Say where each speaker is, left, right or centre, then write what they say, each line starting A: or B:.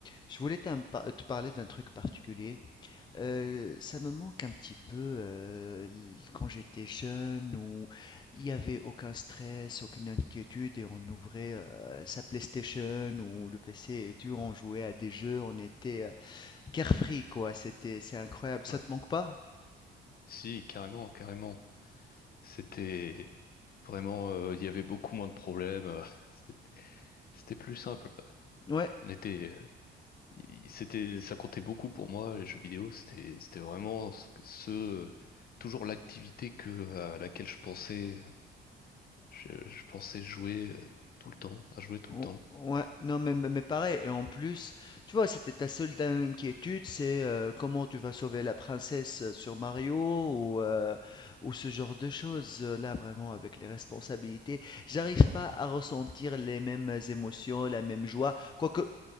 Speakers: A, on the left; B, on the left.
A: Je voulais t'en pa- te parler d'un truc particulier. Euh, ça me manque un petit peu euh, l- quand j'étais jeune où il n'y avait aucun stress, aucune inquiétude et on ouvrait euh, sa PlayStation ou le PC et tu, on jouait à des jeux, on était euh, carefree quoi. C'était, c'est incroyable. Ça
B: Ouais.
A: te manque pas?
B: Si, carrément, carrément. C'était vraiment, euh, il y avait beaucoup moins de problèmes. euh, <laughs> c'est- C'était plus simple.
A: Ouais.
B: On était, euh, il- c'était, ça comptait beaucoup pour moi, les jeux vidéo. C'était, c'était vraiment ce, que- ce- toujours l'activité que, à laquelle je pensais, je, je pensais jouer euh, tout le temps, à jouer tout le
A: Ou-
B: temps.
A: Ouais, non, mais, mais mais pareil, et en plus, tu vois, c'était ta seule inquiétude, c'est euh, comment tu vas sauver la princesse euh, sur Mario ou, euh, ou ce genre de choses. euh, Là, vraiment, avec les responsabilités, j'arrive pas à ressentir les mêmes émotions, la même joie. Quoique,